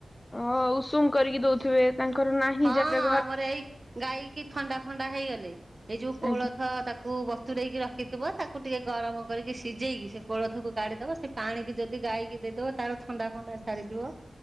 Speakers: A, on the left; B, on the right.
A: ଅ ଉଷୁମ କରିକି ଦଉଥିବେ। ତାଙ୍କର ନାହିଁ
B: ହଁ
A: ଜାଗା ଘରେ
B: ଆମର ଏଇ ଗାଈ କିି ଥଣ୍ଡା ଫଣ୍ଡା ହେଇଗଲେ ଏଇ ଯଉ କୋଳଥ
A: ଆଜ୍ଞା।
B: ତାକୁ ବ ତୁରେଇକି ରଖିଥିବ ତାକୁ ଟିକେ ଗରମ କରିକି ସିଝେଇକି ସେ କୋଳଥକୁ କାଢିଦେବ ସେ ପାଣିିକି ଯଦି ଯଦି ଗାଈକି ଦେଇଦବ ତାର ଥଣ୍ଡା ଫଣ୍ଡା ଛାଡ଼ିଯିବ।